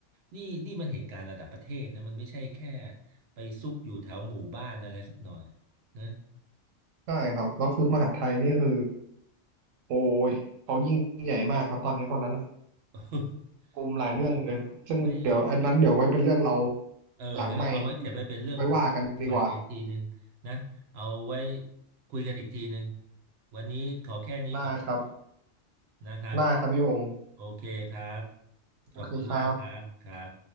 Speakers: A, on the right; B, on the right.
A: นี่นี่มันเหตุการณ์ระดับประเทศนะมันไม่ใช่แค่ไปซุกอยู่แถวหมู่บ้านอะไรสักหน่อยนะ
B: ใช่ครับแล้วคือมหาดไทยนี่คือโอ้ยเขายิ่งใหญ่มากครับตอนนี้คนนั้นน่ะ
A: <laughs>
B: กลุ่มหลายเรื่องเลย ซึ่งเดี๋ยวอันนั้นเดี๋ยวไว้เป็นเรื่องเรา
A: ไม่เออเดี๋ยวเอาไว้เก็บไว้เป็นเรื่อง
B: หลังไมค์ไว้ว่ากันดีกว่า
A: ใหม่กันอีกทีหนึ่งนะเอาไว้คุยกันอีกทีหนึ่งวันนี้ขอแค่นี้ก่อน
B: ได้ครับ
A: นะครับ
B: ได้ครับพี่พงศ์
A: โอเคครับ
B: โอเคครับ
A: ขอบคุณมากครับครับ